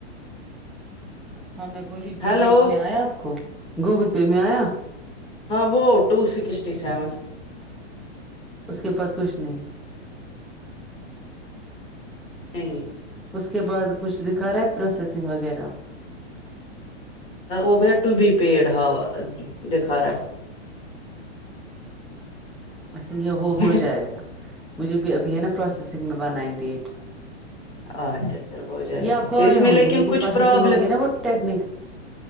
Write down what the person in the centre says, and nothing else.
ہاں میں بولیی جی
پے میں آیا آپ کو گوگل پے میں آیا
اس کے بعد کچھ نہیں
اس کے بعد کچھ دکھا رہا ہیں پروسیسنگ وغیرہ
اچھا یہ وہ ہو
جائے گا مجھے بھی ابھی ہے نا پروسیسنگ میں ون نائنٹی ایٹ
یہ آپ
کو
آئے
ہوں
گے
پرسوں
سے ہو گئے نا وہ ٹیکنیکل